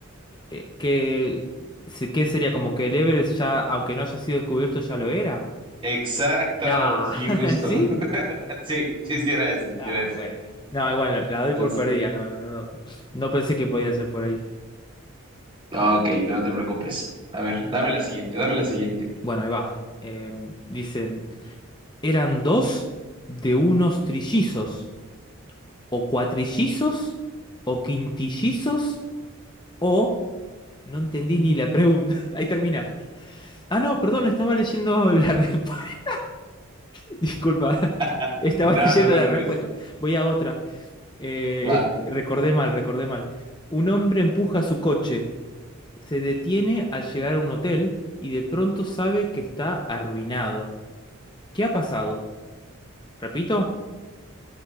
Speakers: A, on the left; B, on the right.
A: Eh, que, se- ¿qué sería? Como que el Everest ya, aunque no haya sido descubierto, ya lo era.
B: Exacto,
A: Nah,
B: sí, justo.
A: <laughs> ¿sí?
B: <laughs> Sí, sí, sí era ese, sí
A: Ah,
B: era ese.
A: bueno. No, igual, la, la doy
B: Entonces.
A: por perdida, no, no, no. No pensé que podía ser por ahí.
B: Ah, Ok, no te preocupes. A ver, dame la siguiente, dame la siguiente.
A: Bueno, ahí va. Em, dicen, eran dos de unos trillizos, o cuatrillizos, o quintillizos, o No entendí ni la pregunta. <laughs> Ahí termina. Ah, no, perdón, estaba leyendo la respuesta. <laughs> Disculpa. <laughs>
B: <laughs>
A: Estaba
B: No
A: leyendo
B: te preocupes.
A: la respuesta. Voy a otra. Eh,
B: Va.
A: es- recordé mal, recordé mal. Un hombre empuja su coche. Se detiene al llegar a un hotel y de pronto sabe que está arruinado. ¿Qué ha pasado? Repito,